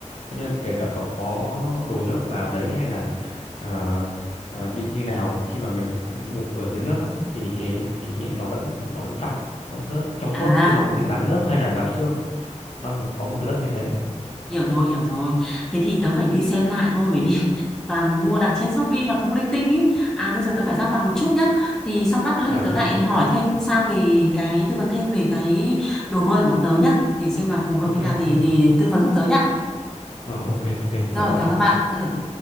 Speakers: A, on the left (about 60°); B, in the centre.
A: có nghĩa là kể cả cậu có đổ nước vào đấy hay là ờ, ờ, bị như nào khi mà mình ngụp ở dưới nước ấy, thì cái kính ấy nó vẫn nó vẫn trong nó vẫn rất trong suốt
B: à
A: chứ nó không bị bám nước hay là bám xương nó có một cái lớp như thế
B: hiểu rồi hiểu rồi thế thì tớ phải đi xem lại thôi bởi vì <laughs> toàn mua đặt trên Shopee và mua linh tinh ý à bây giờ tớ phải ra ngoài một chút nhá thì xong lát nữa
A: à,
B: thì tớ
A: ừ
B: lại hỏi thêm sao về cái tư vấn thêm về cái đồ bơi của bọn tớ nhá để xem là phù hợp
A: ok
B: như nào thì
A: ok
B: thì tư vấn giúp tớ nhá
A: ờ, ok ok
B: rồi
A: chào cậu
B: cảm
A: nhé
B: ơn bạn ừ.